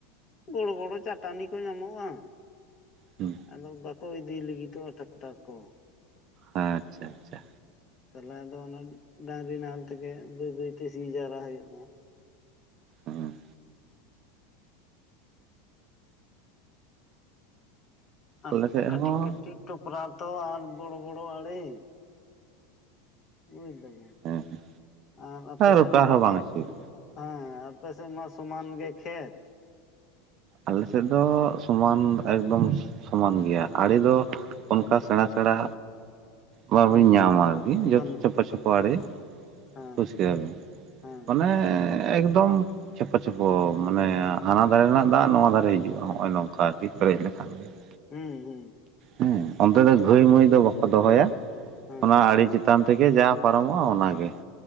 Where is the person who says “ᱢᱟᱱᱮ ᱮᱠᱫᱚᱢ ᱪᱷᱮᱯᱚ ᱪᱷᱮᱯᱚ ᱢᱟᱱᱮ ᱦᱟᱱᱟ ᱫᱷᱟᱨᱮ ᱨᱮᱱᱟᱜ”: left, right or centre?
Right